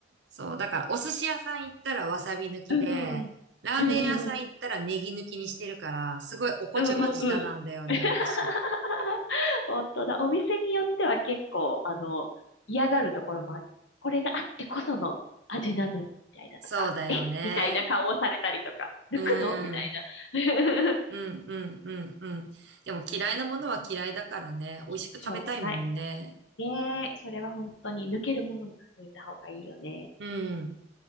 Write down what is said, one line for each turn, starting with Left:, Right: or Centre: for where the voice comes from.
Right: そう。だから、お寿司屋さん行ったらわさび抜きで、
Left: うんうんうん。
Right: ラーメン屋さん行ったらネギ抜きにしてるから、
Left: うんうんうん。
Right: すごいお子ちゃま舌なんだよね、
Left: うんうんうん。<laughs>
Right: 私。
Left: 本当だ。お店によっては結構、あの、嫌がるところもある。これがあってこその味なのに、みたいなとか、
Right: そうだよね。
Left: えみたいな顔をされたりとか、抜くのみたいな。
Right: うん。うんうんうんうん。でも嫌いなものは嫌いだからね。美味しく食べたいもんね。
Left: <laughs> しょうがない。ねえ、それは本当に抜けるものなら抜いた方がいいよね。
Right: うん。